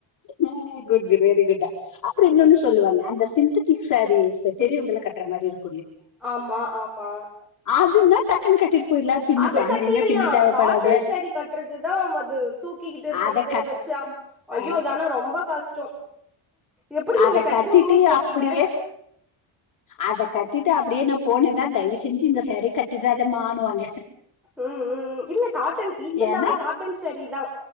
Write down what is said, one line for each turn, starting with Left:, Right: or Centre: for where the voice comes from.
Left: ஆ குட் குட் வெரி குட்டா அப்றோ இன்னொன்னு சொல்லுவாங்க அந்த சிந்தட்டிக் சாரீஸ் பெரியவங்களா கட்ற மாரி இருக்
Centre: ஆமா ஆமா
Left: அதுன்னா டக்குன்னு கட்டிட்டு போயிடலாம் பின்னுக்கு
Centre: அது
Left: அங்கங்க
Centre: கட்டிர்லா
Left: பின்னு தேவைப்படாது
Centre: காட்டன் சரீ கட்டுறதா அது தூக்கி கிட்டு இருக்கிறது
Left: அத கட்
Centre: வச்சா ஐயோ
Left: அ,
Centre: அது ஆனா ரொம்ப கஷ்டோ எப்படி
Left: அத
Centre: நீங்க கட்றீங்கன்னே
Left: கட்டிட்டு
Centre: தெரியல
Left: அப்படியே அத கட்டிட்டு அப்டியே நா போனன்னா தயவு செஞ்சு இந்த சரீய கட்டிடாதமானுவாங்க
Centre: ம் ம் இல்ல காட்டன் டீச்சர்னாவே
Left: ஏன்னா
Centre: காட்டன் சரீதா